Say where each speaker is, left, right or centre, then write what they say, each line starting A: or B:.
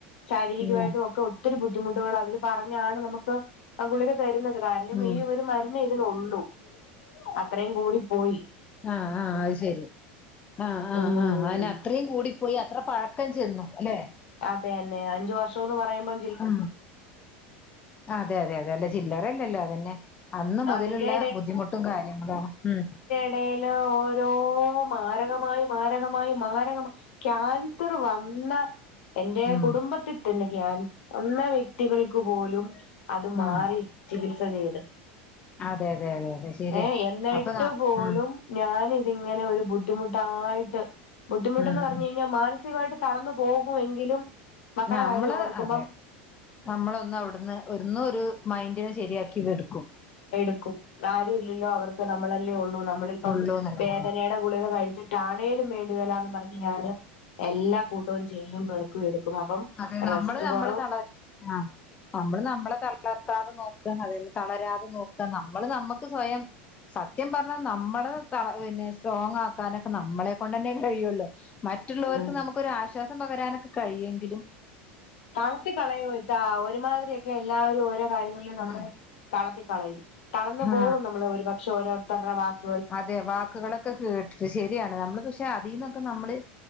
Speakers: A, on the left; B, on the left.
A: ശാരീരികമായിട്ടും
B: ഉം
A: ഒക്കെ ഒത്തിരി ബുദ്ധിമുട്ടുകളാ അവര് പറഞ്ഞാണ് നമുക്ക് ആ ഗുളിക തരുന്നത് കാരണം
B: ഉം
A: ഈ ഒരു മരന്ന്എയ്ത് ണോള്ളൂ അത്രയും കൂടി പോയി.
B: ആഹ് ആഹ് അഹ് ശരി ആഹ് ആഹ്
A: ഉം
B: ആഹ് അഹ് ന്നേ അത്രേം കൂടി പോയി അത്ര പഴക്കം ചെന്നു ല്ലെ?
A: അതെന്നെ അഞ്ചു വർഷംന്ന് പറയുമ്പോ
B: ഉം അതെ അതെ അതെ അല്ല ചില്ലറല്ലല്ലോ അതന്നെ. അന്ന് മുതലുള്ള
A: അതിന്റെ
B: ബുദ്ധിമുട്ടും കാര്യങ്ങളാണ് ഉം.
A: ടയില് ഓരോ മാരകമായി മാരകമായി മാരകമ ക്യാൻസർ വന്ന എന്റെ
B: ഉം
A: കുടുംബത്തിൽ തന്നെ ക്യാൻ വന്ന വ്യക്തികൾക്ക് പോലും അത് മാറി.
B: ഉം
A: ചികിത്സ ചെയ്ത്
B: അതെ അതെ അതെ അതെ ശരിയാ
A: ഏഹ് എന്നിട്ട്
B: അപ്പൊ ന
A: പോലും
B: ഉം
A: ഞാൻ ഇതിങ്ങനെ ഒരു ബുദ്ധിമുട്ടായിട്ട് ബുദ്ധിമുട്ടന്ന്
B: ഉം
A: പർഞ്ഞ് കഴിഞ്ഞാ മാനസികമായിട്ട് തളന്നു പോകുമെങ്കിലും മക്കളെ
B: നമ്മള്
A: കാര്യം ഓർക്കുമ്പം
B: അതെ നമ്മളൊന്ന് അഒട്ന്ന് ഒന്ന്നൊരു മൈൻറിനെ ശരിയാക്കി ങ്ങ്ടുക്കും.
A: എടുക്കും ആരും ഇല്ലല്ലോ അവർക്ക് നമ്മളല്ലേ ഉള്ളൂ നമ്മളിപ്പം
B: ഉള്ളൂന്നല്ല
A: വേദനയുടെ ഗുളികകഴിച്ചിട്ടാണേലും വേണ്ടില്ല ന്ന് പറഞ്ഞ് ഞാന് എല്ലാ കൂട്ടോം ചെയ്യും വെറുക്കും എടുക്കും അപ്പം
B: അതെ നമ്മള്
A: റെസ്റ്റ്
B: നമ്മള്
A: കുറവ്
B: തള ആഹ് നമ്മള് നമ്മളെ തളർത്താതെ നോക്ക അതിന് തളരാതെ നോക്ക നമ്മള് നമ്മക്ക് സ്വയം സത്യം പർഞ്ഞ നമ്മള് ത പിന്നെ സ്ട്രോങ് ആക്കാനൊക്കെ നമ്മളെ കൊണ്ട്ന്നെ കഴിയൊള്ളു. മറ്റ് ള്ളോർക്ക്
A: ഉം
B: നമുക്കൊരു ആശ്വാസം പകരാനൊക്കെ കഴിയുങ്കിലും
A: തളർത്തി കളയും ഇത്താ ഒരുമാതിരിയൊക്കെ എല്ലാവരും ഓരോ കാര്യങ്ങളിലും നമ്മുടെ
B: ഉം
A: തളത്തി കളയും തളർന്നു
B: ആ
A: പോകും നമ്മള് ഒരുപക്ഷെ ഓരോരുത്തരുടെ വാക്
B: അതെ വാക്കുകളൊക്കെ കേട്ടിട്ട് ശരിയാണ് നമ്മള് പക്ഷെ അതിന്നൊക്കെ നമ്മള്